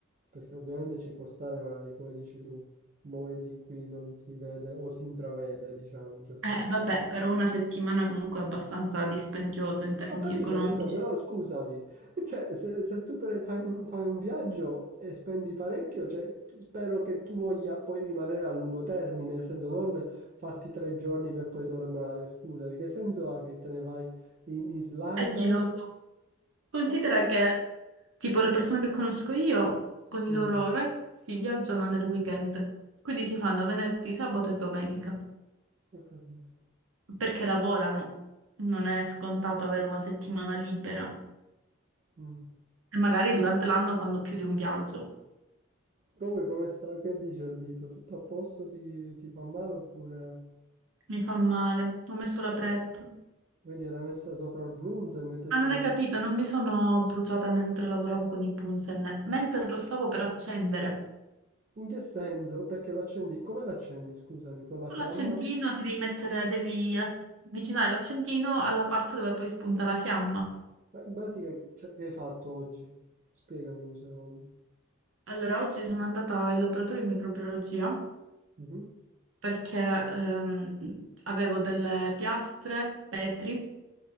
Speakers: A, on the right; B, on the right.
A: Perché ovviamente ci può stare, magari, come dici tu, momenti in cui non si vede o si intravede, diciamo, in un certo
B: Eh,
A: senso.
B: vabbè, però una settimana comunque è abbastanza dispendioso in termini
A: Ho capito
B: economici.
A: tesoro, però scusami, cioè, se, se tu pre- fai, un fai un viaggio e spendi parecchio, cioè, spero che tu voglia poi rimanere a lungo termine, nel senso non farti tre giorni per poi tornare, scusami, che senso ha che te ne vai in Islanda?
B: E chi lo fa? Considera
A: Ho capito.
B: che, tipo, le persone che conosco io con i
A: Mm,
B: loro ragazzi viaggiano nel weekend, quindi si fanno venerdì, sabato e domenica,
A: ho capito.
B: perché lavorano. Non è scontato avere una settimana libera.
A: Mm.
B: E magari durante l'anno fanno più di un viaggio.
A: Comunque, come sta, che dice il dito? Tutto a posto? Ti, ti fa male oppure
B: Mi fa male. Ho messo la prep.
A: vedi l'ha messa sopra il Brunzen e hai detto
B: Ah, non
A: quindi...
B: hai capito, non mi sono bruciata mentre lavoravo con i Bunsen, mentre lo stavo per accendere.
A: In che senso? Perché l'accendi? Come l'accendi, scusami, con la
B: Con
A: fiamma?
B: l'accendino ti devi mettere, devi avvicinare l'accendino alla parte dove poi spunta la fiamma.
A: Ma in pratica che, cioè, che hai fatto oggi? Spiegami un secondo.
B: Allora, oggi sono andata in laboratorio di microbiologia
A: Mhm.
B: perché ehm, avevo delle piastre, petri,